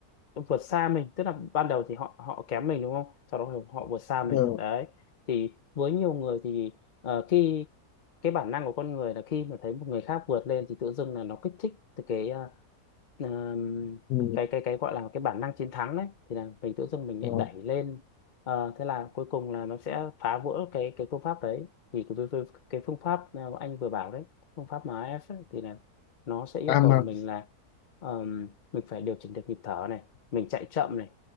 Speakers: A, on the left; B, on the left.
A: vượt xa mình tức là ban đầu thì họ họ kém mình đúng không sau đó thì họ vượt xa mình
B: ờ,
A: đấy thì với nhiều người thì ờ, khi cái bản năng của con người là khi mà thấy một người khác vượt lên thì tự dưng là nó kích thích từ cái ờ, ờm,
B: ừ,
A: cái cái cái gọi là cái bản năng chiến thắng đấy thì là mình tự dưng mình
B: ờ,
A: lại đẩy lên Ờ, thế là cuối cùng là nó sẽ phá vỡ cái cái phương pháp đấy thì cái, cái, cái phương pháp mà anh vừa bảo đấy phương pháp MAF ấy, thì là nó sẽ yêu
B: à
A: cầu
B: mà,
A: mình là ờm, mình phải điều chỉnh được nhịp thở này mình chạy chậm này